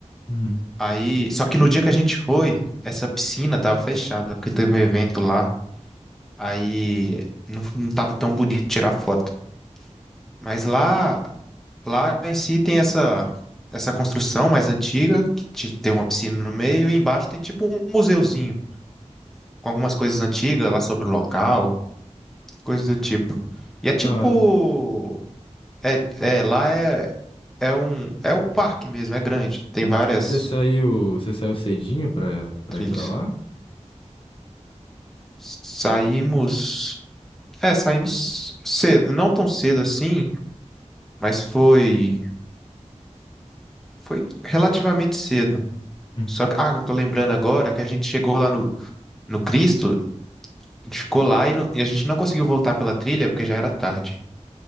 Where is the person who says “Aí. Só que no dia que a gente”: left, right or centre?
Centre